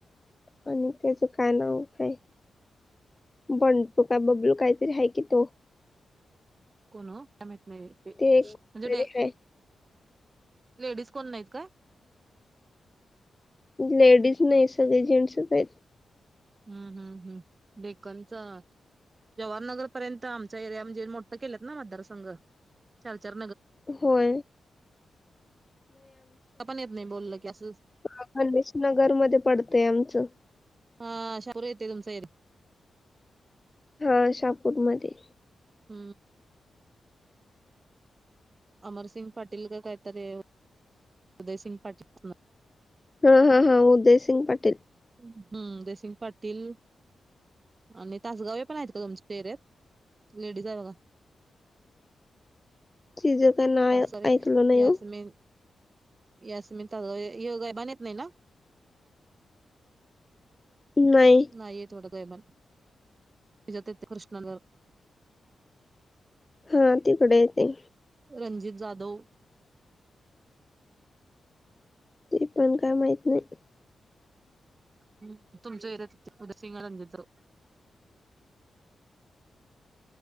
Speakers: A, on the left; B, on the right.
A: आणि त्याच काय नाव काय? बंटुका बबलू काहीतरी आहे कि तो.
B: काही माहीत नाही बाई
A: ते एक तरी
B: ते
A: हाय
B: <unintelligible> लेडीज कोण नाहीत का?
A: लेडीज नाही सगळे जेंट्सच आहेत.
B: हम्म, हम्म, हम्म डेक्कनच. जवाहरनगर पर्यंत आमच्या एरिया म्हणजे मोठं केलेत ना मतदारसंघ चार चार
A: होय
B: पण येत नाही बोललं की असं
A: ह गणेश नगर मध्ये पडतय आमचं
B: हाशापर येते तुमचं इथ
A: हा शहापूरमध्ये
B: हम अमरसिंग पाटील का काहीतरी उदयसिंग पाटील
A: हा हा हा उदयसिंग पाटील
B: हम्म जसिंग पाटील आणि तासगावे पण आहेत का तुमचे चेरत लेडीज आहे बघा
A: तिचं काय नाव
B: त स
A: ऐकलं नाही
B: या
A: हो
B: असं मेन यास मी ल हे गय बधत नाही ना
A: नाही
B: नाहीय थोड जय मन तजात ते कृष्णावर.
A: हा तीथडे ते
B: रंजित जाधव.
A: ते पण काय माहित नाही.
B: हूं तुमच्या <unintelligible> रंजित जाधव.